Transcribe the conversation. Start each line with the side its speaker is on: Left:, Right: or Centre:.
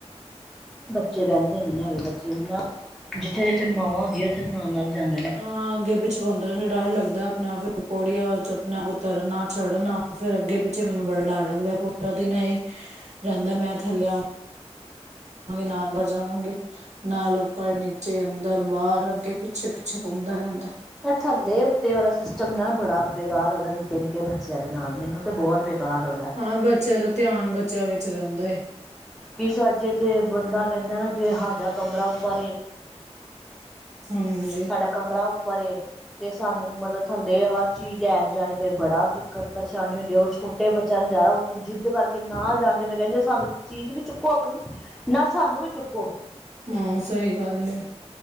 Centre: ਬੱਚੇ ਬੈਂਦੇ ਨੀ ਨਾ ਹੈਗੇ ਬੱਚੇ ਵੀ ਨਾ ਜਿੱਥੇ-ਜਿੱਥੇ ਮਾਵਾ ਹੁੰਦੀਆਂ ਉੱਥੇ ਨਾਲ-ਨਾਲ ਜਾਂਦੇ ਨੇ।
Right: ਹਾਂ ਅੱਗੇ-ਪਿੱਛੇ ਘੁੰਮਦੇ ਨੇ ਡਰ ਈ ਲੱਗਦਾ ਆਪਣੇ-ਆਪ ਪੌੜੀਆਂ ਚ ਆਪਣੇ ਉ ਤਰਨਾ ਚੜ੍ਹਨਾ ਫਿਰ ਅੱਗੇ-ਪਿੱਛੇ ਮੈਨੂੰ ਬੜਾ ਡਰ ਲੱਗਦਾ ਪੂਰਾ ਦਿਨ ਐਈ ਰੇਂਦਾ ਮੈਂ ਥੱਲੇ ਆ ਜਾਵਾਂਗੇ, ਨਾਲ ਬ ਜਾਵਾਂਗੇ ਨਾਲ ਉੱਪਰ-ਨੀਚੇ, ਅੰਦਰ-ਬਾਰ ਅੱਗੇ-ਪੀ ਪਿੱਛੇ-ਪਿੱਛੇ ਘੁੰਮਦਾ ਰੇਂਦਾ।
Centre: ਥੱਲੇ-ਉੱਤੇ ਵਾਲਾ ਸਿਸਟਮ ਨਾ ਬੜਾ ਬੇਕਾਰ ਲੱਗਦਾ ਨਿੱਕੇ-ਨਿੱਕੇ ਬੱਚਿਆਂ ਦੇ ਨਾਲ ਮੈਨੂੰ ਤੇ ਬੋਤ ਬੇਕਾਰ ਲੱਗਦੈ।
Right: ਹਾਂ ਬੱਚਿਆਂ ਦਾ ਧਿਆਨ ਬੱਚਿਆਂ ਵਿੱਚ ਜਾਂਦਾ ਏ।
Centre: ਕੀ ਸਾਜੇ ਤੇ ਬੰਦਾ ਕੈਂਦਾ ਨਾ ਜੇ ਹਾਡਾ ਕਮਰਾ ਉੱਪਰ ਏ
Right: ਹੂੰ।
Centre: ਸਾਡਾ ਕਮਰਾ ਉੱਪਰ ਏ ਤੇ ਸਾਨੂੰ ਮਤਲਬ ਥੱਲੇ ਹਰ ਚੀਜ਼ ਲੈਣ ਜਾਣੀ ਪਏ ਬੜਾ ਦੀ ਕਰ ਪਰੇਸ਼ਾਨੀ ਹੁੰਦੀ ਆ ਓ ਛੋਟੇ ਬੱਚਿਆਂ ਨੂੰ ਜਾਦਾ ਓ ਜਿੱਦ ਕਰਕੇ ਨਾਲ ਜਾਣਕੇ ਫਿਰ ਕੈਨਗੇ ਸਾਨੂੰ ਚੀਜ਼ ਵੀ ਚੁੱਕੋ ਆਪਣੀ ਨਾਲ ਸਾਨੂੰ ਵੀ ਚੁੱਕੋ।
Right: ਐ ਸਈ ਗੱਲ ਏ।